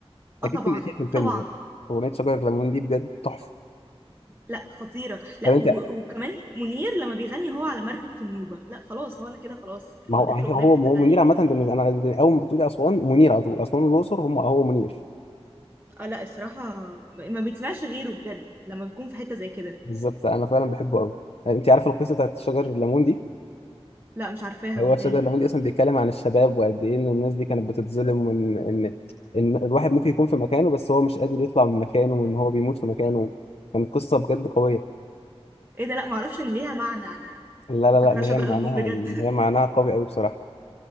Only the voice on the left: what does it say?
اكيد
سمعتيها في الفيلم
ده اغنيه شجر الليمون دي بجد تحفه
طب انت
ما
هو هي-
هو
هو
منير عامة بالنسبة أنا أول ما بتقولي أسوان منير على طول أسوان والأقصر هم هو منير
بالظبط أنا فعلا بحبه أوي يعني أنت عارف القصة بتاعت شجر الليمون دي
هو
شجر
الليمون دي أصلا بيتكلم عن الشباب وقد إيه إن الناس دي كانت بتتظلم وإن إن إن الواحد ممكن يكون في مكانه بس هو مش قادر يطلع من مكانه وإن هو بيموت في مكانه كانت قصة بجد قوية
لا لا لا
ده
هي معناها
هي معناها
قوي أوي بصراحة